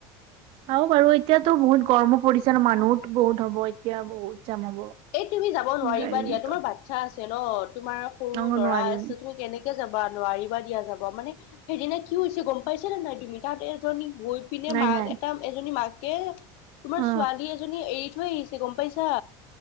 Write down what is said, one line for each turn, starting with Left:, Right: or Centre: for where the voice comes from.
Right: চও বাৰু এতিয়াাতো বহুত গৰমো পৰিছে ন মানুহ বহুত হ'ব এতিয়া বহুত জাম হ'ব
Left: এ তুমি যাব নোৱাৰিবা
Right: গাড়ী
Left: দিয়া
Right: মত
Left: তোমাৰ বাচ্ছা আছে ন তোমাৰ সৰু
Right: অ
Left: ল'ৰা
Right: নোৱাৰিম
Left: আছে তুমি কেনেকে যাবা নোৱাৰিবা দিয়া যাব মানে সেইদিনা কি হৈছে গম পাইছে নে নাই তুমি তাত এজনী গৈ পিনে
Right: নাই
Left: মাক
Right: নাই
Left: এটা এজনী মাকে তোমাৰ
Right: অ
Left: ছোৱালী এজনী এৰি থৈ ছে গম পাইছা